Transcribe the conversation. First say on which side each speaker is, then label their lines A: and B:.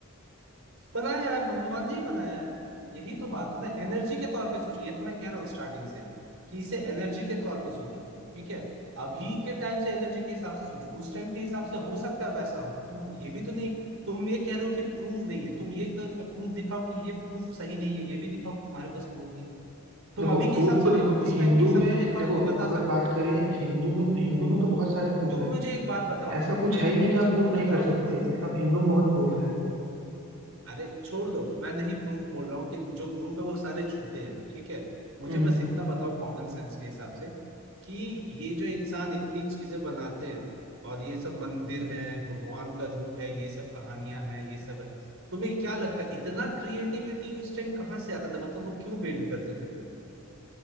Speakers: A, on the right; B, on the right.
A: बनाया है भगवान ने ही बनाया है यही तो बात है ना एनर्जी के तौर पे सोचो ये तो मैं कह रहा हूँ स्टार्टिंग से कि इसे एनर्जी के तौर पे सोचो ठीक है अभी के टाइम से एनर्जी के हिसाब से सोचो उस टाइम के हिसाब से हो सकता है वैसा हो तुम ये भी तो नहीं तुम ये कह रहे हो कि प्रूफ नहीं है तुम ये कर प्रूफ दिखाओ कि ये प्रूफ सही नहीं है ये भी दिखाओ कि तुम्हारे पास प्रूफ नहीं है तुम
B: देखो
A: अभी के
B: प्रूफ
A: हिसाब
B: तो
A: से नहीं
B: देखो
A: तुम उस
B: हिंदू
A: टाइम के हिसाब
B: में
A: से दिखाओ
B: देखो
A: कि बता
B: अगर
A: सको
B: बात करें हिंदू में तो हिंदू में तो बहुत सारे प्रूफ
A: तुम
B: है
A: मुझे एक बात बताओ
B: ऐसा कुछ है ही नहीं
A: अच्छा
B: कि आप प्रूफ
A: तुम
B: नहीं
A: बताओ
B: कर सकते
A: प्रूफ
B: मतलब हिंदू में बहुत प्रूफ है
A: अरे छोड़ दो मैं नहीं प्रूफ बोल रहा हूँ कि जो प्रूफ है वो सारे झूठे हैं ठीक है मुझे
B: हम्म
A: बस इतना बताओ कॉमन सेंस के हिसाब से कि ये जो इंसान इतनी चीजें बनाते हैं और ये सब मंदिर है भगवान का रूप है ये सब कहानियां हैं ये सब है तुम्हें क्या लगता है इतना क्रिएटिविटी उस टाइम कहाँ से आता था मतलब वो क्यों बिल्ड करते थे फिर